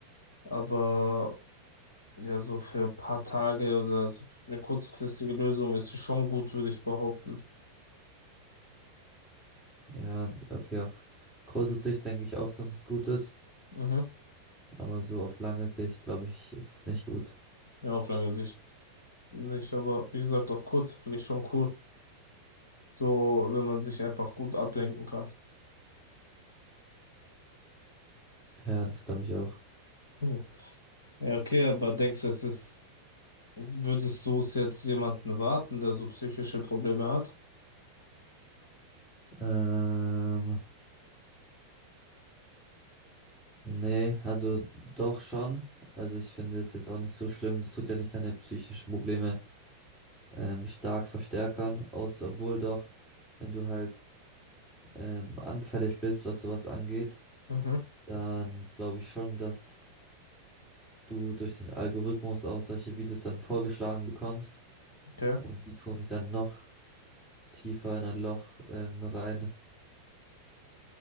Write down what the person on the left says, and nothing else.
Aber Ja, so für ein paar Tage oder so eine kurzfristige Lösung ist sie schon gut, würde ich behaupten.
Mhm.
Ja, auf lange Sicht nicht, aber wie gesagt, auf kurz finde ich schon cool. So, wenn man sich einfach gut ablenken kann.
Hm. Ja, okay, aber denkst du, es ist, würdest du es jetzt jemanden warten, der so psychische Probleme hat?
Mhm.
Okay.